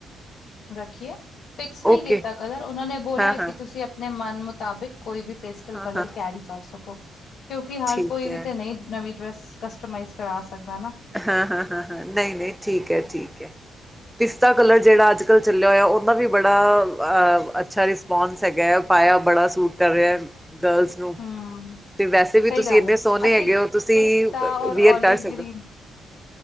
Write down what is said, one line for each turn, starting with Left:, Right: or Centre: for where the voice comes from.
Left: ਕੀਏ, ਫਿਕਸ ਨਹੀਂ
Centre: ਓਕੇ
Left: ਕੀਤਾ ਕਲਰ, ਓਨਾਂ ਨੇ ਬੋਲਿਆ
Centre: ਹਾਂ
Left: ਕਿ-
Centre: ਹਾਂ
Left: ਤੁਸੀਂ ਆਪਣੇ ਮਨ ਮੁਤਾਬਿਕ ਕੋਈ ਵੀ, ਪੇਸਟਲ
Centre: ਹਾਂ
Left: ਕਲਰ
Centre: ਹਾਂ
Left: ਕੈਰੀ ਕਰ ਸਕੋ। ਕਿਉਂਕਿ ਹਰ
Centre: ਠੀਕ
Left: ਕੋਈ
Centre: ਹੈ
Left: ਵੀ ਤੇ ਨਹੀਂ ਨਵੀਂ ਡਰੈਸ, ਕਸਟਮਾਈਜ਼ ਕਰਾ ਸਕਦਾ ਨਾ।
Centre: ਹਾਂ-ਹਾਂ-ਹਾਂ-ਹਾਂ, ਨਹੀਂ-ਨਹੀਂ, ਠੀਕ ਹੈ-ਠੀਕ ਹੈ। ਪਿਸਤਾ ਕਲਰ, ਜੇੜਾ ਅੱਜ-ਕੱਲ੍ਹ ਚੱਲਿਆ ਹੋਇਆ ।ਓਦਾ ਵੀ ਬੜਾ, ਅ--ਅੱਛਾ ਰਿਸਪੋਂਸ ਹੈਗੈ। ਪਾਇਆ ਬੜਾ ਸੂਟ ਕਰ ਰਿਹਾ ।ਗ੍ਲਸ ਨੂੰ
Left: ਹਮ
Centre: ਤੇ ਵੈਸੇ ਵੀ,
Left: ਸਹੀ
Centre: ਤੁਸੀਂ
Left: ਗੱਲ
Centre: ਇੰਨੇ
Left: ਹੈ
Centre: ਸੋਣੇ
Left: ਅਸੀਂ
Centre: ਹੈਗੇ ਹੋ, ਤੁਸੀਂ
Left: ਪਿਸਤਾ ਔਰ
Centre: ਵੀਅਰ
Left: ਓਲਿਵ
Centre: ਕਰ ਸਕਦੇ
Left: ਗ੍ਰੀਨ
Centre: ਹੋ।